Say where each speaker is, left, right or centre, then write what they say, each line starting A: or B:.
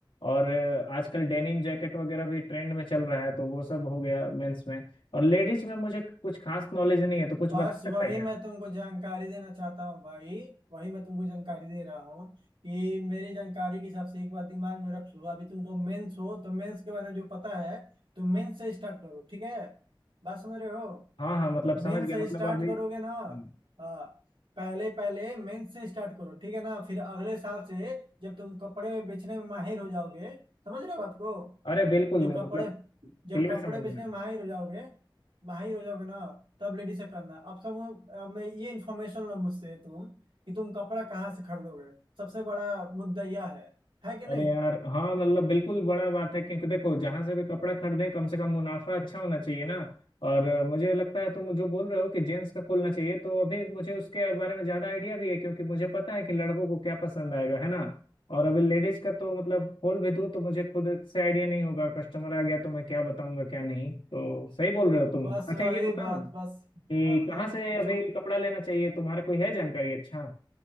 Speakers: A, on the left; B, on the right.
A: और अ, आजकल डेनिम जैकेट वगैरह भी ट्रेंड में चल रहा है तो वो सब हो गया मेंस में और लेडीज में मुझे कुछ खास नॉलेज नहीं है तो कुछ
B: बस
A: बता सकता
B: वही
A: है क्या
B: मैं तुमको जानकारी देना चाहता हूँ भाई वही मैं तुमको जानकारी दे रहा हूँ कि मेरी जानकारी के हिसाब से एक बार दिमाग में रख लो अभी तुमको मेंस हो तो मेंस के बारे में जो पता है तो मेंस से स्टार्ट करो ठीक है बात समझ रहे हो
A: हाँ हाँ मतलब समझ
B: मेन
A: गया
B: से
A: मतलब
B: स्टार्ट
A: अभी
B: करोगे
A: हम्म।
B: ना हाँ पहले पहले मेन से स्टार्ट करो ठीक है ना फिर अगले साल से जब तुम कपड़े बेचने में माहिर हो जाओगे समझ रहे हो बात को
A: अरे बिल्कुल
B: जब कपड़े
A: मतलब
B: जब
A: क्लियर
B: कपड़े
A: समझ में
B: बेचने
A: आ रहा
B: में
A: है
B: माहिर हो जाओगे माहिर हो जाओगे ना तब लेडीज से करना अब सब अब मैं ये इन्फॉर्मेशन लो मुझसे तुम कि तुम कपड़ा कहाँ से खरीदोगे सबसे बड़ा मुद्दा यह है है कि नहीं
A: अरे यार हाँ मतलब बिल्कुल बड़ा बात है क्योंकि देखो जहां से भी कपड़ा खरीदें कम से कम मुनाफा अच्छा होना चाहिए ना और अ, मुझे लगता है तुम जो बोल रहे हो कि जेंट्स का खोलना चाहिए तो अभी मुझे उसके बारे में ज्यादा आइडिया भी है क्योंकि मुझे पता है कि लड़कों को क्या पसंद आएगा है ना और अभी लेडीज का तो मतलब खोल भी दूं तो मुझे खुद से आइडिया नहीं होगा कस्टमर आ गया तो मैं क्या बताऊंगा क्या नहीं तो सही बोल रहे हो तुम
B: बस
A: अच्छा
B: वही
A: ये बताओ
B: बात
A: ना
B: बस
A: कि
B: हाँ बताओ
A: कहाँ से
B: पूछो
A: अभी कपड़ा लेना चाहिए तुम्हारे कोई है जानकारी अच्छा